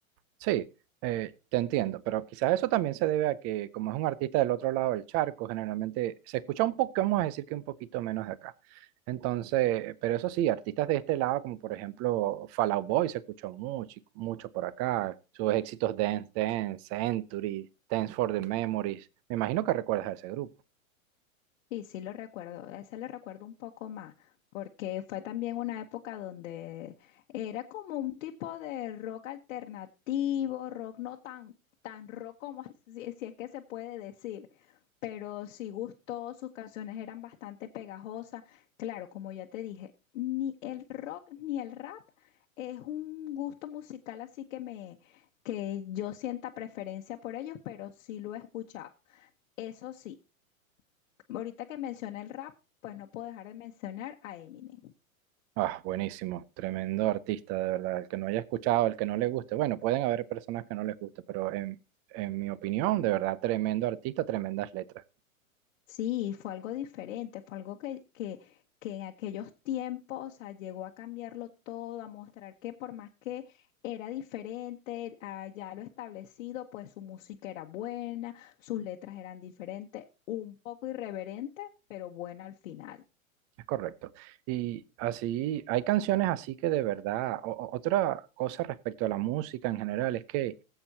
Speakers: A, on the right (about 35°); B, on the left (about 60°).
A: Sí, eh, te entiendo, pero quizás eso también se debe a que como es un artista del otro lado del charco, generalmente se escucha un poco, vamos a decir que un poquito menos de acá. Entonces, pero eso sí, artistas de este lado, como por ejemplo Fall Out Boy, se escuchó mucho, mucho por acá, sus éxitos Dance Dance, Century, Dance for the Memories, me imagino que recuerdas a ese grupo.
B: Sí, sí lo recuerdo, ese lo recuerdo un poco más, porque fue también una época donde era como un tipo de rock alternativo, rock no tan, tan rock como <laughs> si, si es que se puede decir, pero sí gustó, sus canciones eran bastante pegajosas. Claro, como ya te dije, ni el rock ni el rap es un gusto musical así que me, que yo sienta preferencia por ellos, pero sí lo he escuchado. Eso sí. Ahorita que mencioné el rap, pues no puedo dejar de mencionar a Eminem.
A: Ah, buenísimo, tremendo artista, de verdad. El que no haya escuchado, el que no le guste, bueno, pueden haber personas que no les guste, pero en, en mi opinión, de verdad, tremendo artista, tremendas letras.
B: Sí, fue algo diferente, fue algo que, que, que en aquellos tiempos, o sea, llegó a cambiarlo todo, a mostrar que por más que era diferente a ya lo establecido, pues su música era buena, sus letras eran diferentes, un poco irreverente, pero buena al final.
A: Es correcto. Y así, hay canciones así que de verdad, o- o- otra cosa respecto a la música en general es que